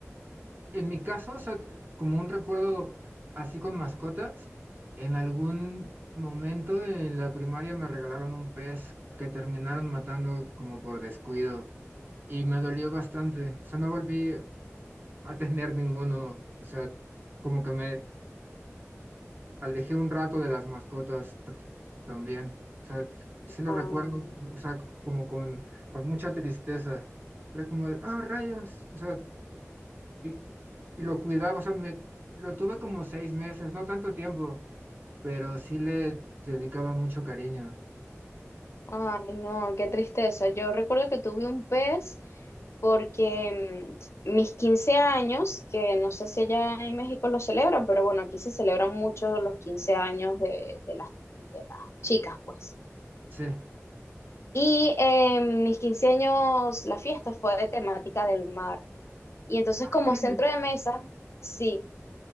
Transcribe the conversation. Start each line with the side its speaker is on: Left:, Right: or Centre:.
Right: en mi caso, o sea, como un recuerdo así con mascotas, en algún momento en la primaria me regalaron un pez que terminaron matando como por descuido y me dolió bastante. O sea, no volví a tener ninguno. O sea, como que me alejé un rato de las mascotas t- también. O sea, sí lo
Left: Ah.
Right: recuerdo, o sea, como con, con mucha tristeza. Era como, de, ah, rayos. O sea, y, y lo cuidaba, o sea, me, lo tuve como seis meses, no tanto tiempo, pero sí le dedicaba mucho cariño.
Left: Ay, no, qué tristeza. Yo recuerdo que tuve un pez porque mm, mis 15 años, que no sé si allá en México lo celebran, pero bueno, aquí se celebran mucho los 15 años de, de las, de las chicas, pues.
Right: Sí.
Left: Y eh, mis 15 años, la fiesta fue de temática del mar. Y entonces
Right: Ah,
Left: como
Right: créeme.
Left: centro de mesa, sí,